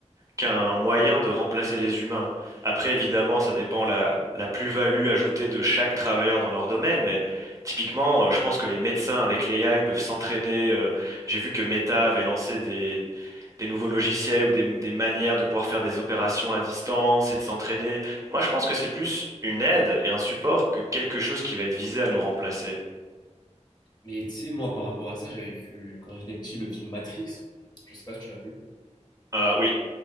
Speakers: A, on the right (about 25°); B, on the left (about 35°).
A: qu'un moyen de remplacer les humains. Après, évidemment, ça dépend la, la plus-value ajoutée de chaque travailleur dans leur domaine, mais typiquement, euh, je pense que les médecins avec l'AI peuvent s'entraîner. euh, j'ai vu que Meta avait lancé des, des nouveaux logiciels ou des, des manières de pouvoir faire des opérations à distance et de s'entraîner. Moi, je pense que c'est plus une aide et un support que quelque chose qui va être visé à nous remplacer.
B: Mais tu sais, moi, par rapport à ça, j'avais vu, quand j'étais petit, le film Matrix. Je sais pas si tu l'as vu.
A: Euh, oui.